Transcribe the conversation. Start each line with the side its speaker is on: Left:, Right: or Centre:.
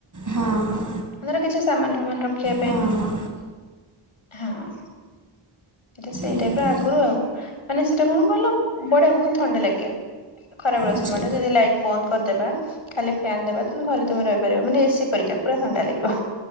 Right: ହଁ
Left: ତାର କିଛି ସମାନ ସମାନ ରଖିବା ପାଇଁ।
Right: ହଁ ହଁ
Left: ହଁ ସେଟା ସେଇ
Right: ଉଁ,
Left: ଟାଇପ ର ଆଗରୁ ଆଉ ମାନେ ସେଇଟା କଣ କହିଲ ବଢିଆ ବହୁତ ଥଣ୍ଡା ଲାଗେ। ଖରାବେଳ
Right: ଆଚ୍ଛା
Left: ସମୟ ଟା ଯଦି ଲାଇଟ୍ ବନ୍ଦ କରିଦେବା ଖାଲି ଫ୍ୟନ୍ ଦେବା ତୁ ଘରେ ତମେ ରହିପାରିବ ମାନେ ଏ ସି ପରିକା ପୁରା ଥଣ୍ଡା ଲାଗିବ।